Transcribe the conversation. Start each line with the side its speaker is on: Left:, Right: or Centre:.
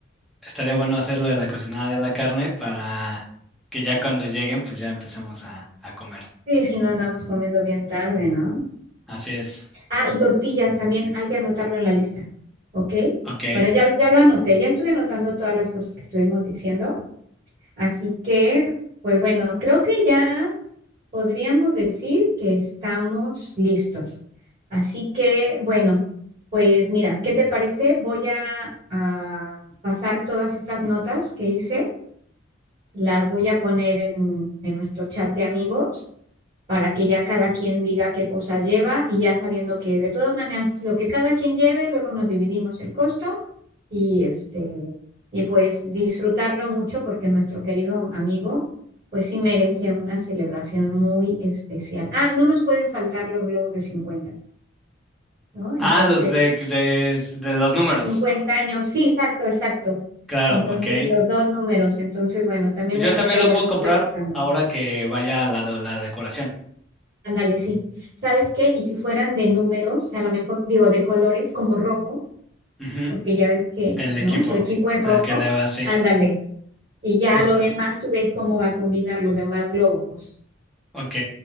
Centre: Estaría bueno hacer lo de la cocinada de la carne para que ya cuando lleguen, pues ya empecemos a, a comer.
Right: Sí, si no andamos comiendo bien tarde, ¿no?
Centre: Así es.
Right: Ah, y tortillas también hay que anotarlo en la lista, ¿ok?
Centre: Ok.
Right: Bueno, ya, ya lo anoté, ya estuve anotando todas las cosas que estuvimos diciendo, así que, pues bueno, creo que ya podríamos decir que estamos listos. Así que, bueno, pues mira, ¿qué te parece? Voy a, a pasar todas estas notas que hice Las voy a poner en, en nuestro chat de amigos para que ya cada quien diga qué cosas lleva y ya sabiendo que de todas maneras lo que cada quien lleve, luego nos dividimos el costo y este y pues disfrutarlo mucho porque nuestro querido amigo pues sí merece una celebración muy especial. Ah, no nos pueden faltar los globos de cincuenta ¿no? Entonces,
Centre: Ah, los de, de, de los números.
Right: 50 años, sí, exacto, exacto.
Centre: Claro,
Right: Entonces,
Centre: ok.
Right: los dos números. Entonces, bueno, también
Centre: Pues
Right: lo-
Centre: Yo
Right: ahorita
Centre: también lo
Right: ya
Centre: puedo
Right: los
Centre: comprar
Right: estoy anotando.
Centre: ahora que vaya a la, de- la decoración.
Right: Ándale, sí. ¿Sabes qué? Y si fueran de números, a lo mejor digo de colores como rojo,
Centre: Ujú.
Right: porque ya ves que,
Centre: El equipo
Right: ¿no? Su equipo es
Centre: al
Right: rojo.
Centre: que le va, sí.
Right: Ándale. Y ya
Centre: Justo.
Right: lo demás tú ves cómo va a combinar los demás globos.
Centre: Ok.